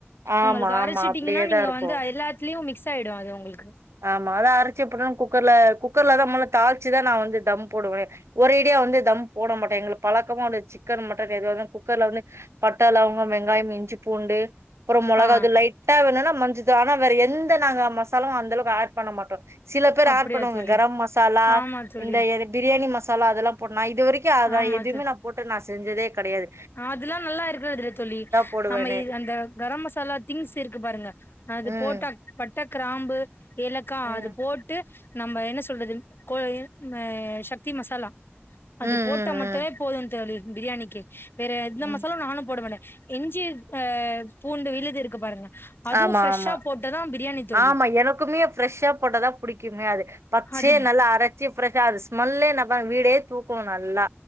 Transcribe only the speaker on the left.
உங்களுக்கு அரச்சிட்டீங்கன்னா
நீங்க
வந்து எல்லாத்திலியு மிக்ஸ் ஆயிடு அது உங்களுக்
ஆ
அப்டியா
தோழி
ஆமா தோழி
ஆமா
தோழி
அதெல்லா நல்லா இருக்கறதில்ல தோழி
நம்ம அந்த கரம் மசாலா திங்ஸ் இருக்கு பாருங்க அது
போட்டா பட்ட கிராம்பு ஏலக்கா
அது போட்டு நம்ம என்ன சொல்றது கோ ஏ மே சக்தி மசாலா
அது
போட்டா மட்டுமே
போது தோழி பிரியாணிக்கு வேற எந்த
மசாலு நானு போட மாட்ட இஞ்சி ஆ பூண்டு விழுது இருக்கு பாருங்க அதுவும்
ஃப்ரெஷ்ஷா
போட்டதா பிரியாணி தோழி
அது